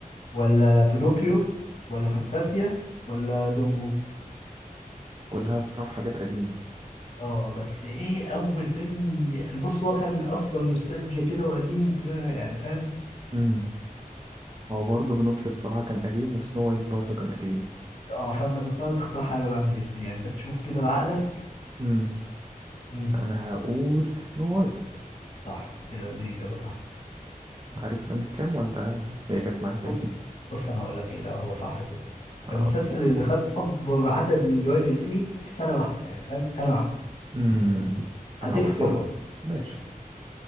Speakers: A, on the left (about 45°); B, on the right (about 30°).
A: ولا بينوكيو ولا فانتاسيا ولا دومبو
B: كلها صراحة حاجات قديمة
A: اه بس ايه اول فيلم يعني بص هو كان اصلا نوستالجيا كده وقديم وكلنا يعني فاهم
B: مم. هو برضه بنوكيو الصراحة كان قديم وسنو وايت برضه كان قديم
A: اه فانت تضطر تختار حاجه بقى من الاثنين يعني انت تشوف كده بعقلك
B: مم.
A: امم
B: انا هقول سنو وايت
A: صح دي دي اجابه صح
B: عارف سنة كام ولا هي جت معايا كده
A: بص بص انا هقول لك ايه لا هو صح كده
B: اه
A: المسلسل اللي خد اكبر عدد من جوائز الايمي في سنه واحده يعني فاهم سنه واحده
B: امم انا
A: هدي
B: هقول
A: اختيارات
B: حب ماشي